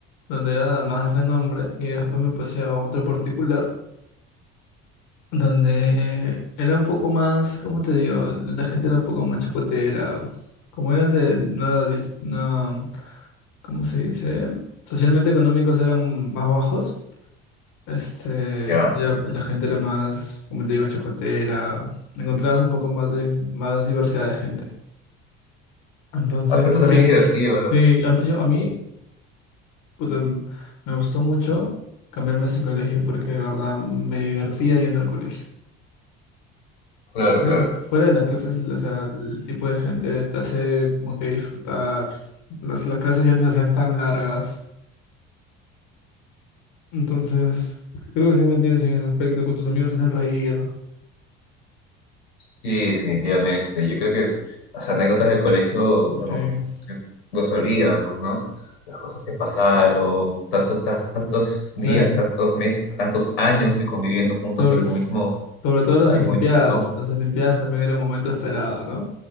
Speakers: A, on the left (about 70°); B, on the left (about 85°).
A: donde era más renombre y después me pasé a otro particular donde era un poco más, ¿cómo te digo? La gente era un poco más chocotera, como eran de, no, dis- no, ¿cómo se dice? Socialmente económicos eran más bajos, este,
B: Ya.
A: ya pues la gente era más, como te digo, chacotera, encontrabas un poco más de, más diversidad de gente. Entonces,
B: Ah, pero eso también
A: sí,
B: es divertido. lo-
A: sí, a, mí yo- a mí, puta, me gustó mucho cambiarme a ese colegio porque de verdad me divertía yendo al colegio.
B: Claro,
A: Mira,
B: claro.
A: fuera de las clases, o sea, el tipo de gente te hace como que disfrutar. Las, las clases ya no se hacían tan largas. Entonces, creo que sí me entiendes en ese aspecto. Con tus amigos te hacen reír.
B: Sí, definitivamente. Yo creo que las anécdotas del colegio, bueno,
A: Sí,
B: que no se olvidan, pues, ¿no? Las cosas que pasaron, tantos, tantos días,
A: claro.
B: tantos meses, tantos años que conviviendo juntos
A: Sobre,
B: en
A: s-
B: un mismo
A: sobre todo las
B: Ay,
A: Olimpiadas.
B: muy chulo.
A: Las Olimpiadas también era un momento esperado, ¿no?